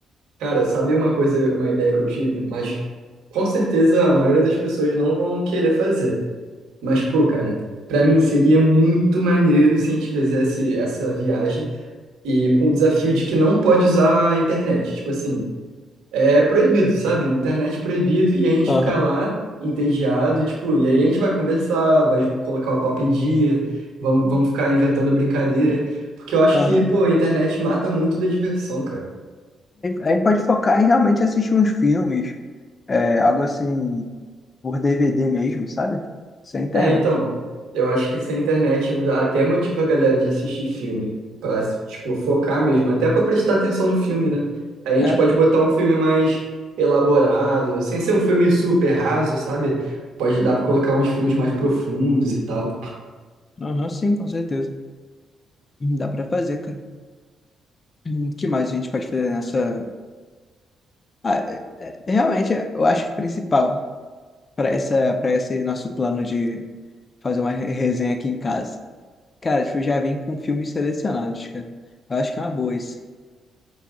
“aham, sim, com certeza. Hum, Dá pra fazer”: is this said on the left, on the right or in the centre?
Left